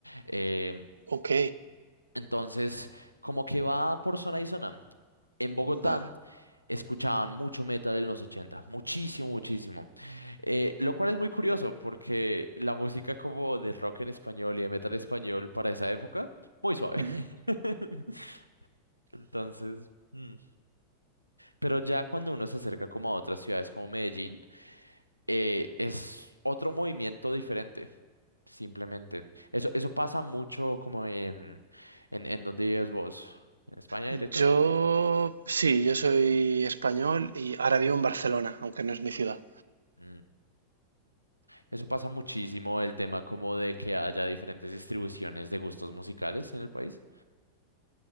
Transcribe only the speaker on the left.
eh,
entonces, como que va por zona y zona. En Bogotá
escuchaban mucho metal en los 80, muchísimo, muchísimo. Eh, lo cual es muy curioso porque la música como de rock en español y de metal español para esa época, muy suave.
<laughs> Entonces, mm. pero ya cuando uno se acerca como a otras ciudades como Medellín, eh, es otro movimiento diferente. Simplemente. Eso, eso pasa mucho como en, en, en donde vives vos, en España
directamente.
Mm. Eso pasa muchísimo el tema como de que haya diferentes distribuciones de gustos musicales en el país.